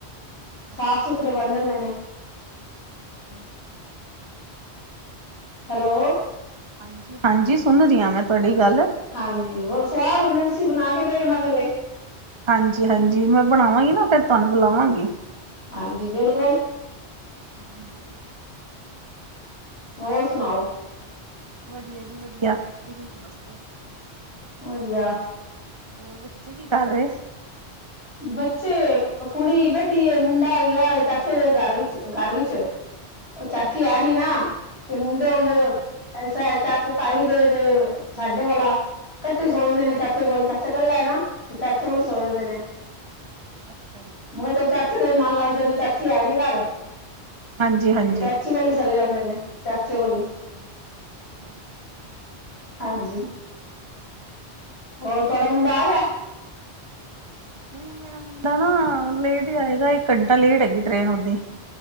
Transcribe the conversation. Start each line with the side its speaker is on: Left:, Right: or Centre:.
Left: ਸਾਫ-ਸੁਥਰੇ
Right: ਅੱਛਾ
Left: ਬਣ ਜਾਂਦੇ ਨੇ
Right: ਹੂੰ।
Left: ਹੈਲੋ।
Right: ਹਾਂਜੀ-ਹਾਂਜੀ ਸੁਣ ਰੀ ਆ ਮੈਂ ਤੁਆਡੀ ਗੱਲ।
Left: ਹਾਂਜੀ ਹੋਰ ਸੁਵਾਦ ਹੁੰਦੇ ਨੇ ਤੁਸੀਂ ਬਣਾ ਕੇ ਦੇਖਣਾ ਪੈਲੇ
Right: ਹਾਂਜੀ-ਹਾਂਜੀ ਮੈਂ ਬਣਾਵਾਂਗੀ ਨਾ ਫੇਰ ਤੁਆਨੂੰ ਬੁਲਾਵਾਂਗੀ।
Left: ਹਾਂਜੀ ਬਿਲਕੁਲ।
Right: ਹਾਂਜੀ।
Left: ਹੋਰ ਸੁਣਾਓ।
Right: ਵਧੀਆ ਜੀ ਵਧੀਆ, ਤੁਸੀਂ ਸੁਨਦਸੋ-
Left: ਵਧੀਆ।
Right: ਹੋਰ ਬੱਚੇ ਕੀ ਕਰ ਰੈ?
Left: ਬੱਚੇ ਕੁੜੀ ਬੈਠੀਏ ਮੁੰਡਾ ਗਿਆ ਚਾਚੇ ਦੇ ਘਰ ਵਿੱਚ-ਘਰ ਵਿੱਚ। ਓ ਚਾਚੀ
Right: ਅੱਛਾ
Left: ਹੈ ਨੀ
Right: ਜੀ
Left: ਨਾ ਤੇ ਮੁੰਡੇ ਓ ਫੇਰ
Right: ਹਾਂਜੀ
Left: ਐਸਾ ਐ ਚਾਚੇ ਤਾਈ ਦੇ ਤੇ ਸਾਡੇ ਵਾਲਾ, ‌ਕੱਠੇ ਸੋ ਜਾਦੇ ਨੇ
Right: ਅੱਛਾ
Left: ਚਾਚੇ ਕੋਲ ਚਾ ਚਾਚਾ ਕਲਾ ਏ ਨਾ, ਚਾਚਾ ਵਲ ਸੋ ਜਾਦੇ ਨੇ
Right: ਅੱਛਾ ਜੀ
Left: ਮੈਂ ਕੈਆ ਚਲ ਚਾਚੇ ਚਾਚੇ ਦਾ ਮਨ ਲੱਗ ਜਾਂਦਾ ਐ ਚਾਚੀ ਹੈ ਨੀ ਕਾੱਰ,
Right: ਹਾਂਜੀ ਹਾਂਜੀ
Left: ਚਾਚੀ ਵੱਲ ਈ ਚਲੇ ਜਾਂਦੇ ਨੇ। ਚਾਚੇ ਕੋਲ ਈ।
Right: ਅੱਛਾ ਜੀ-ਅੱਛਾ ਜੀ।
Left: ਹਾਂਜੀ। ਹੋਰ ਤੁਆਡਾ ਮੁੰਡਾ ਆ ਗਿਆ।
Right: ਨਈ ਮੇਰਾ ਮੁੰਡਾ ਨਾ ਲੇਟ ਈ ਆਏਗਾ ਏਕ ਕੰਟਾ ਲੇਟ ਹੈਗੀ ਟ੍ਰਰੇਨ ਓਦੀ